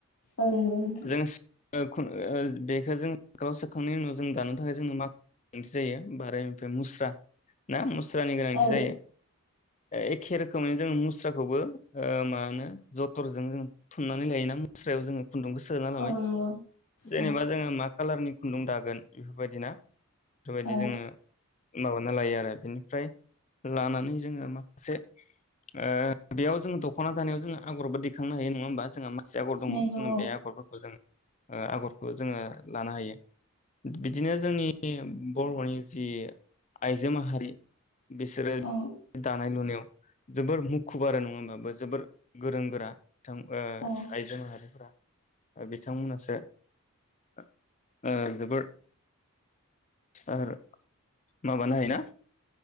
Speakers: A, on the left (about 85°); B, on the left (about 30°).
A: औ नंगौ नोंथां।
B: जों ओ <unintelligible> बेखौ जों गाव सोखांनायनि उनाव जों दानो थाखाय जोंनो मा <unintelligible> थि जायो आरो ओमफ्राय मुस्रा। ना मुस फोरनि गोनांथि
A: औ
B: जायो। एखे रोखोमै जों मुस्राखौबो ओ मा होनो जतरजों जों थुननानै लायोना मुस्रायाव जोङो। खुन्दुंखौ सोना लाबाय
A: औ नंगौ
B: जेनेबा
A: औ
B: जोङो मा कालारनि खुन्दुं दागोन इफोरबायदिना? थ' इदि जोङो
A: औ
B: मामोन? नालायो आरो बिनिफ्राय लानानै जोङो मा से ओ बेयाव जोङो दख'ना दानायाव जोङो आग'रबो दैखांनो हायो नङा होमबा जोंहा मा से आग'र दङ
A: नंगौ
B: जोङो
A: औ
B: बे आग'रफोरखौ जोङो ओ आग'रखौ जोङो लानो हायो बिदिनो जोंनि बर'नि जि आइजो माहारि। बिसोरो
A: औ
B: दानाय लुनायाव जोबोर मुखुब आरो नङा होमबा बो जोबोर गोरों गोरा। थां ओ
A: औ
B: आइजो माहारिफोरा ओ बिथांमोनासो ओ ओ जोबोर <unintelligible> माबानो हायोना?